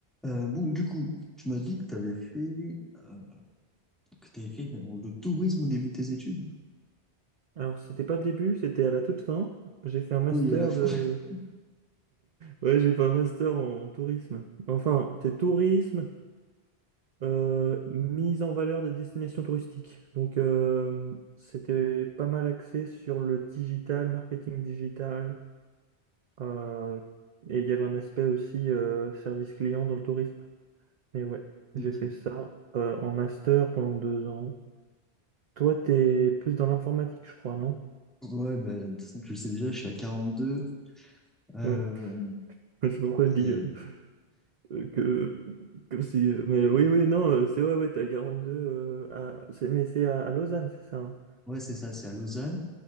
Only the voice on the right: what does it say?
Alors, c'était pas le début, c'était à la toute fin. J'ai fait un master
de...
Ouais, j'ai fait un master en tourisme. Enfin, c'est tourisme, euh, mise en valeur des destinations touristiques. Donc, euh, c'était pas mal axé sur le digital, marketing digital. euh, et il y avait un aspect aussi euh, service client dans le tourisme. Mais ouais, j'ai
fait ça euh, en master pendant deux ans. Toi, t'es plus dans l'informatique, je crois, non?
Oui. Je sais pas pourquoi
je dis... euh, Euh, que, comme si, euh, mais oui, oui, non, euh, c'est vrai, ouais, t'es à 42, euh, à- c'est- mais c'est à, à Lausanne, c'est ça. hein